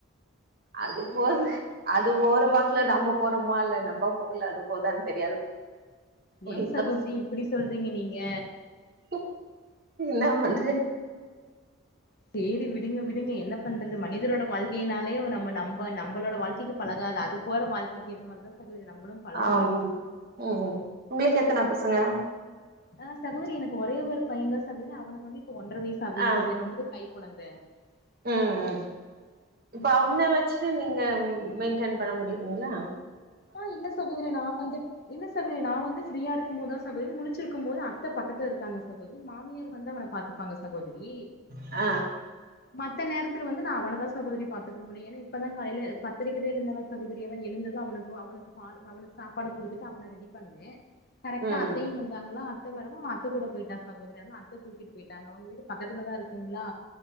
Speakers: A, on the right; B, on the left.
A: அதுபோது அது போற வாக்ல நம்ப போறோமா இல்ல நம்ப போக்குல அது போதான்னு தெரியாது அப்டின்னு
B: ஏன் சகோதிரி
A: தா
B: இப்டி சொல்றீங்க நீங்க
A: குக் என்னா பண்ற
B: சேரி விடுங்க விடுங்க என்ன பண்றது மனிதரோட வாழ் கேனாலே ஒ நம்ப நம்ப நம்பளோட வாழ்க்கெக்கு பழகாது அது போற வாழ் திக்கி ஏத்த மாரிதா சகோதரி நம்பளு பழகணு
A: ஆம் ம் ம் உங்ளுக்கு எத்தன பசங்க
B: அ சகோதரி எனக்கு ஒரே ஒரு பையந்தா சகோதரி அவனுக்கு வந்து இப்ப ஒன்ற வயசாகுது
A: ஆ
B: சகோதரி ரொம்ப கைகொழந்த <inaudible>
A: ம் ம் இப்ப அவன வச்சுட்டு நீங்க மெயின்டென் பண்ண முடியுதுங்ளா
B: ஆ இல்ல சகோதரி நா வந்துட் இல்ல சகோதரி நா வந்து ஃப்ரீயா இருக்குபோதா சகோதரி முழிச்சிருக்கு போது அத்த பக்கத்துல இருக்காங்க சகோதரி மாமியார் வந்து அவன பாத்துப்பாங்க சகோதரி
A: அ
B: <inaudible> மத்த நேரத்துல வந்து நா அவனதா சகோதரி பாத்துக்க முடியு ஏன்னா இப்பதா காலைல பத்தரக்கிதா எழுந்தனா சகோதரி அதா எழுந்தது அவனுக் அவனுக் பால் அவனுக்கு சாப்பாடு குடுத்துட்டு அவன ரெடி பண்ணே கரெக்டா
A: ம்
B: அத்தையு வந்து வந்தாங்களா அத்த வரவு அத்த கூட போயிட்டா சகோதரி அதுவு அத்த தூக்கிட்டு பொயிட்டாங்க அவங்க வீட்டு பக்கத்துலதா இருக்குங்ளா